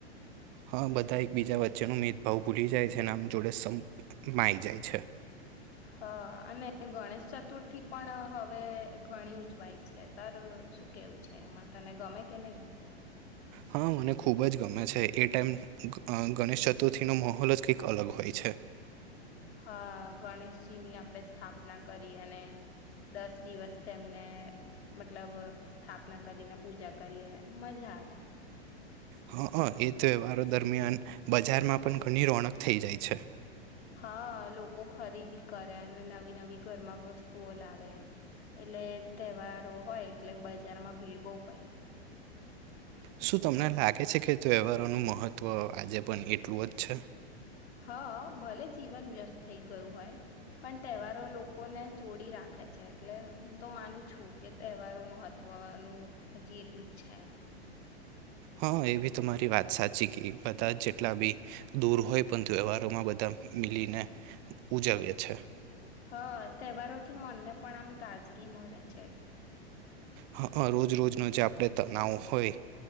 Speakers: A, on the right; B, on the left.
A: હા બધા એકબીજા વચ્ચેનો મેદભાવ ભૂલી જાય છે આમ જોડે સમાઈ જાય છે.
B: હા અને ગણેશ ચતુર્થી પણ હવે ઘણી ઉજવાય છે. તારું શું કેવું છે એમાં તને ગમે કે નહી?
A: હા મને ખૂબ જ ગમે છે. એ ટાઈમ ગણેશ ચતુર્થીનો માહોલ જ કંઈક અલગ હોય છે.
B: હા ગણેશજી ની આપણે સ્થાપના કરી અને દસ દિવસ તેમને મતલબ સ્થાપના કરીને પૂજા કરીએ, મજા આવે.
A: હ હં એ તહેવારો દરમિયાન બજારમાં પણ ઘણી રોનક થઈ જાય છે.
B: હા લોકો ખરીદી કરે અને નવી નવી ઘરમાં વસ્તુઓ લાવે એટલે તહેવારો હોય એટલે બજારમાં ભીડ બહુ હોય.
A: શું તમને લાગે છે કે તહેવારોનું મહત્ત્વ આજે પણ એટલું જ છે?
B: હા, ભલે જીવન વ્યસ્ત થઈ ગયું હોય, પણ તહેવારો લોકોને જોડી રાખે છે. એટલે હું તો માનું છું કે તહેવારો મહત્વનું હજી એટલું જ છે એમ.
A: હા, એ બી તમારી વાત સાચી કે, બધા જેટલા બી દૂર હોય પણ ત્યવહારોમાં બધા મિલીને ઉજવીએ છે.
B: હા તહેવારોથી મનને પણ આમ તાજગી મળે છે.
A: હ, રોજ રોજનો જે આપણે તનાવ હોય,